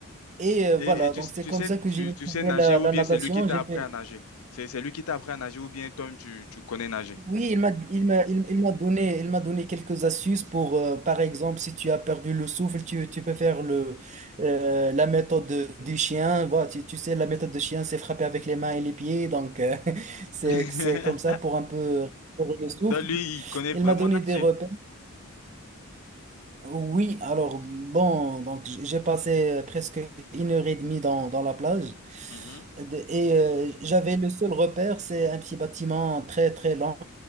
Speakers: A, on the right (about 30°); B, on the left (about 85°).
A: Et euh,
B: Et,
A: voilà,
B: et tu,
A: donc
B: sais-
A: c'est
B: tu
A: comme
B: sais,
A: ça que
B: tu,
A: j'ai maîtrisé
B: tu sais nager
A: la,
B: ou
A: la
B: bien
A: natation.
B: c'est lui qui t'a
A: J'ai
B: appris
A: fait...
B: à nager? C'est, c'est lui qui t'a appris à nager ou bien toi-même tu, tu connais nager?
A: Oui, il m'a, il m'a, il, il m'a donné, il m'a donné quelques astuces pour, euh, par exemple, si tu as perdu le souffle, tu, tu peux faire le, euh, la méthode de- du chien. Voilà, tu, tu sais, la méthode du chien, c'est frapper avec les mains et les pieds. Donc, euh, <laughs> c'est,
B: <laughs>
A: c'est comme ça pour un peu... pour le souffle.
B: Donc lui, il connaît
A: Il
B: vraiment
A: m'a donné
B: nager.
A: des repères. Oui, alors bon, donc j- j'ai passé euh, presque une heure et demie dans, dans la plage
B: Mhm,
A: De- et euh, j'avais le seul repère, c'est un petit bâtiment très très lent.